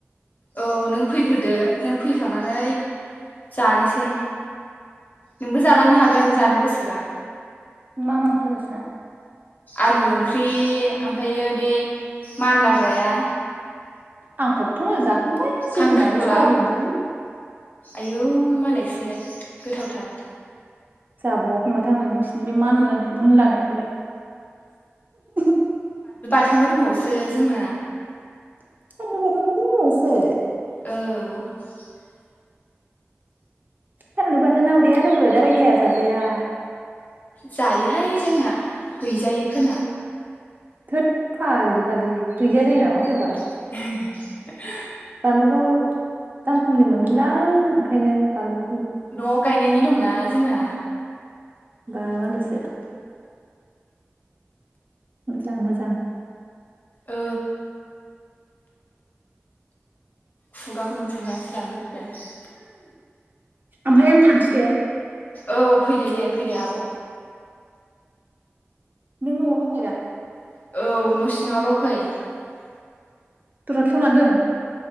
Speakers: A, on the left; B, on the right.
A: औ नों फैग्रोदो नों फैखांनानै जानोसै नोंबो जालांनो हागोन जानो गोसोबा
B: मा मा ओंख्रै नोंसिना
A: आलु ओंख्रि ओमफायो बे मानलाग्राया
B: आं खथथ' मोजां जा खांबाय जोगोनारजों
A: खांख्रिखला
B: सयाबिनजों
A: आयौ मालायसो गोथावथार
B: जाबावाखै माथो आंलाय नोंसिनि बे मानलानाय मुनलानायखौलाय <unintelligible>
A: थोनबो दंबावोसो जोंना
B: <unintelligible>
A: औ
B: फानलु बाथोना उदै आलौवो दाबायदियाव जाजाया
A: जायोहाय जोंना गैजायैफोरना
B: थोद फाग्लि फाग्लि गैजाया जायो नामा सोरबा
A: <unintelligible>
B: बानलुखौ दाम खमनि मोनदोंदां ओंखायनो बानलु बा
A: न'आव गायनायनि दंना जोंना
B: बा मालायसो मोजां मोजां
A: औ खुगाखौनो बुनानैसो लानो लु बेस
B: ओमफ्राय आं थांनोसै दे
A: औ फैदो दे फैदो आब'
B: नों न'आवनो दंखायोदा
A: औ
B: दरा खेवनानै दोन